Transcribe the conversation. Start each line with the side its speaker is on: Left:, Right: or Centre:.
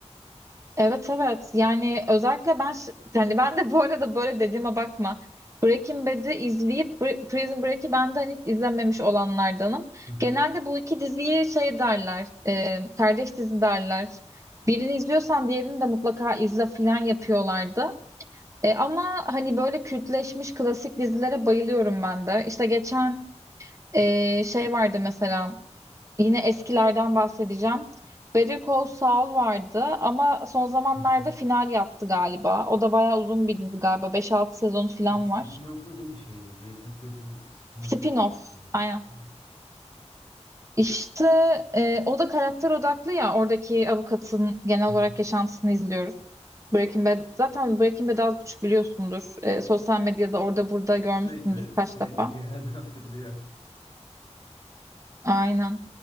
Right: Evet evet yani özellikle ben ş- yani ben de bu arada böyle dediğime bakma. Breaking Bad'i izleyip Br- Prison Break'i ben de hani hiç izlememiş olanlardanım.
Left: Hı hı,
Right: Genelde bu iki diziyi şey derler e, kardeş dizi derler. Birini izliyorsan diğerini de mutlaka izle filan yapıyorlardı. E, ama hani böyle kültleşmiş klasik dizilere bayılıyorum ben de. İşte geçen e, şey vardı mesela Yine eskilerden bahsedeceğim. Better Call Saul vardı ama son zamanlarda
Left: hı hı.
Right: final yaptı galiba. O da bayağı uzun bir dizi galiba. beş altı sezonu falan
Left: O spin-off'u
Right: var.
Left: değil mi şeyin? Breaking Bad'in spin-off'u
Right: Spin-off.
Left: diye hatırlıyorum.
Right: Aynen.
Left: Hı
Right: İşte e, o da karakter odaklı ya. Oradaki avukatın genel
Left: hı.
Right: olarak
Left: <laughs>
Right: yaşantısını izliyoruz. Breaking Bad. Zaten Breaking Bad'i az buçuk biliyorsundur. E, sosyal medyada orada burada görmüşsündür
Left: Sürekli,
Right: kaç
Left: sürekli
Right: defa.
Left: bir yerden <laughs> fırlıyor.
Right: Aynen.